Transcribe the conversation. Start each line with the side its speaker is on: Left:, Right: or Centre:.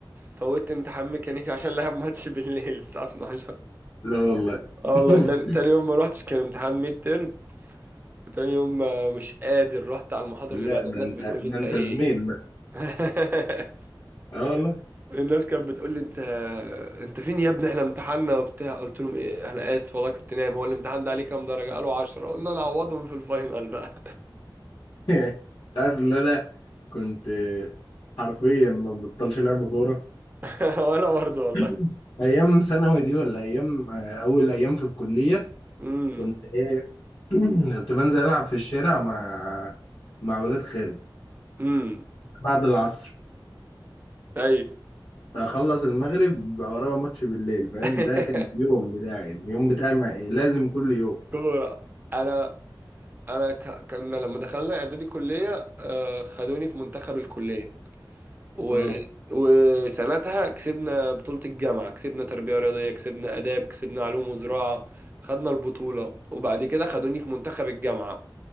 Right: فوتت امتحان ميكانيكي عشان لعب ماتش بالليل الساعة 12
Left: لا والله
Right: اه والله
Left: <laughs>
Right: تاني تاني يوم ما روحتش كان امتحان ميد ترم وتاني يوم آه، مش قادر رحت على المحاضرة
Left: لا
Right: اللي بعدها
Left: ده
Right: الناس
Left: انت
Right: بتقول لي
Left: ده
Right: انت
Left: انت
Right: ايه
Left: زميل بقى
Right: <laughs>
Left: اه والله <laughs>
Right: الناس كانت بتقول لي انت انت فين يا ابني احنا امتحاننا وبتاع قلت لهم ايه انا اسف والله كنت نايم هو الامتحان ده عليه كام درجة قالوا 10 قلنا نعوضهم في الفاينل بقى
Left: انت عارف ان انا كنت حرفيا ما ببطلش لعب كوره
Right: <laughs> وانا برضه
Left: <clears throat>
Right: والله
Left: <laughs> ايام ثانوي دي ولا ايام آه، اول ايام في الكليه
Right: امم
Left: كنت ايه <clears throat> كنت بنزل العب في الشارع مع مع اولاد خالي
Right: امم
Left: بعد العصر
Right: اي
Left: اخلص المغرب بقى ورايا ماتش بالليل فاهم
Right: <laughs>
Left: ده كان اليوم بتاعي اليوم بتاعي مع إيه؟ لازم كل يوم
Right: كورة انا انا ك... كنا لما دخلنا اعدادي كلية آه، خدوني في منتخب الكلية و...
Left: اه
Right: وسنتها كسبنا بطولة الجامعة كسبنا تربية رياضية كسبنا آداب كسبنا علوم وزراعة خدنا البطولة وبعد كده خدوني في منتخب الجامعة